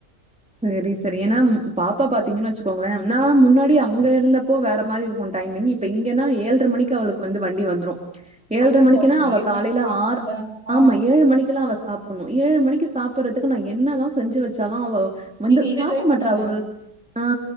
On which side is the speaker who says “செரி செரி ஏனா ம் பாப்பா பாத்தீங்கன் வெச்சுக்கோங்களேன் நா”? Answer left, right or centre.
Centre